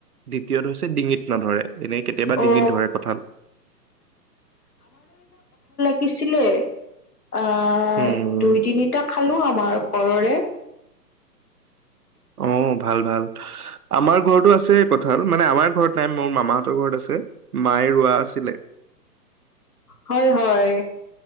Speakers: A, on the right (about 65°); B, on the left (about 60°).
A: দ্বিতীয়টো হৈছে ডিঙিত নধৰে। এনেই কেতিয়াবা
B: অ
A: ডিঙিত ধৰে কঠাল
B: শিকিছিলে আহ
A: উম
B: দুই তিনিটা খালো আমাৰ ঘৰৰে
A: অ ভাল ভাল আমাৰ ঘৰতটো আছে কঠাল মানে আমাৰ ঘৰত নাই মোৰ ম মাহতৰ ঘৰত আছে, মায়ে ৰোৱা আছিলে।
B: হয়, হয়,